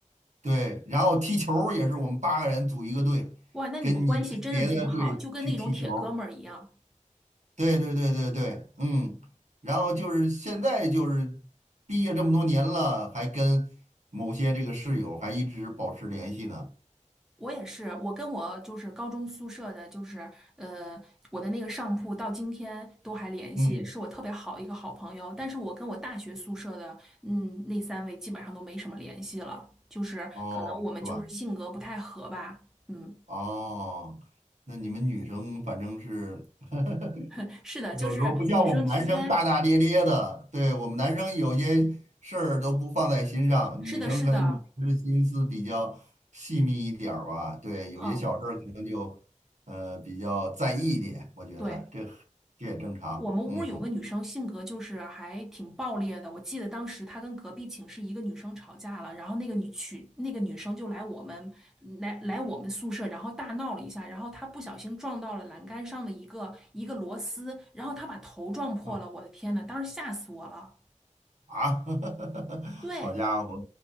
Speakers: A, on the right; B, in the centre.
A: 对，然后踢球儿也是我们八个人组一个队，
B: 哇，那你们关系真的挺好，
A: 跟也跟别的队去踢球儿。
B: 就跟那种铁哥们儿一样。
A: 对对对对对，嗯。然后就是现在就是毕业这么多年了，还跟某些这个室友还一直保持联系呢。
B: 我也是，我跟我就是高中宿舍的，就是呃，我的那个上铺到今天都还联系，
A: 嗯，
B: 是我特别好的一个好朋友。但是我跟我大学宿舍的，嗯，那三位基本上都没什么联系了，就是可能我们就是性格不太合吧。
A: 哦，是吧？
B: 嗯，
A: 哦，那你们女生反正是 <laughs>
B: <laughs> 是的，
A: 有时候不像我们男生大大咧咧的，
B: 就是女生之间，
A: 对，我们男生有些事儿都不放在心上，
B: 是的，
A: 女生可能女生的心思比较细密一点儿吧，
B: 是的，
A: 对，有些小事儿可能就呃比较在意一点，
B: 嗯，
A: 我觉得这
B: 对。
A: 这也正常，
B: 我们屋儿有个女生，
A: 嗯
B: 性格就是还挺暴烈的。我记得当时她跟隔壁寝室一个女生吵架了，然后那个女去那个女生就来我们来来我们宿舍，然后大闹了一下，然后她不小心撞到了栏杆上的一个一个螺丝，然后她把头撞破了。
A: 啊
B: 我的天呐，当时吓死我了！
A: 啊，<laughs>
B: 对
A: 好家伙，